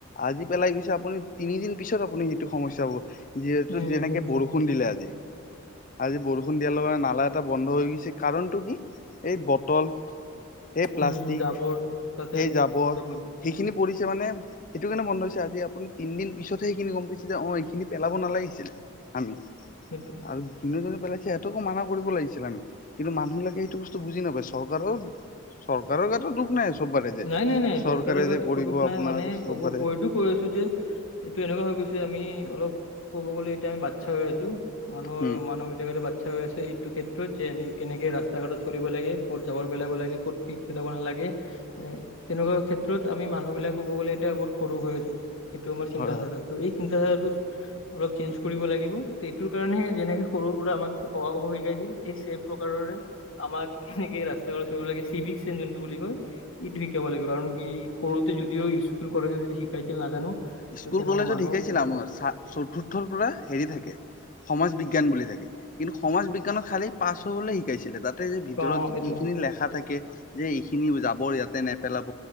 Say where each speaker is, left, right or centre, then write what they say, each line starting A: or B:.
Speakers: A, on the left; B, on the left.
A: আজি পেলাই গৈছে, আপুনি তিনিদিন পিছত আপুনি সেইটো সমস্যা হ'ব। যিহেতু
B: উম
A: যেনেকে
B: সেইটোৱে
A: বৰষুণ দিলে আজি, আজি বৰষুণ দিয়াৰ লগে লগে নালা এটা বন্ধ হৈ গৈছে। কাৰণটো কি? এই বটল, এই প্লাষ্টিক,
B: উম জাবৰ তাতে
A: এই জাবৰ।
B: জমা
A: সেইখিনি পৰিছে মানে। সেইটোকাৰণে বন্ধ হৈছে, আজি আপুনি তিনদিন পিছতহে সেইখিনি গম পাইছে, যে অ', এইখিনি পেলাব নালাগিছিলে আমি।
B: সেইটোৱেই।
A: আৰু যোনে যোনে পেলাইছে, সিহঁতকো মানা কৰিব লাগিছিলে আমি। কিন্তু মানুহিলাকে সেইটো বস্তু বুজি নাপায়। চৰকাৰৰ, চৰকাৰৰ গাটো দোষ নাই। চববাৰে যে
B: নাই, নাই, নাই।
A: চৰকাৰে
B: চৰকাৰৰ গাত
A: যে
B: একো
A: কৰিব
B: দুখ নাই
A: আপোনাৰ
B: মানে,
A: চববাৰে
B: কব কৈ দব কৈ আছো যে এইটো এনেকুৱা হৈ গৈছে, আমি অলপ ক'ব গ'লে এতিয়া আমি বাচ্ছা হৈ আছো। মানুহৰ
A: উম
B: মানুহ কেইটা গোটে বাচ্ চ্ছা হৈ আছে এইটো ক্ষেত্ৰত, যে আমি কেনেকে ৰাস্তা-ঘাটত চলিব লাগে, ক'ত জাবৰ পেলাব লাগে, ক'ত পিক পেলাব নালাগে। এ তেনেকুৱা ক্ষেত্ৰত আমি মানুহ বিলাক ক'ব গলে এতিয়া বহুত সৰু হৈ আছো, এইটো আমাৰ চিন্তাধাৰাত।
A: হয় হয়
B: ত' এই চিন্তাধাৰাটো অলপ চেঞ্জ কৰিব লাগিব, এইটোৰ কাৰণেহে যেনেকে সৰুৰ পৰা আমাক অ, আ, ক, খ শিকাইছিল। এই চে প্ৰকাৰৰে, আমাক এনেকে ৰাস্তা <unintelligible> চিভিক চেনচ যোনটো বুলি কয়। ইটো শিকাব লাগিব। কাৰণ কি সৰুতে যদিও স্কুল কলেজে যদি শিকাইছিল নাজানো।
A: স্কুল
B: ত' তেনেকুৱা
A: কলেজত
B: মানুহ
A: শিকাইছিলে আপোনাৰ, চা চতুৰ্থৰ পৰা হেৰি থাকে, সমাজ বিজ্ঞান বুলি থাকে। কিন্তু সমাজ বিজ্ঞানৰ খালী পাছ হবলৈ শিকাইছিলে, তাতে যে ভিতৰত
B: অ এইটো
A: কি খিনি লেখা থাকে যে এইখিনি জাবৰ ইয়াতে নেপেলাব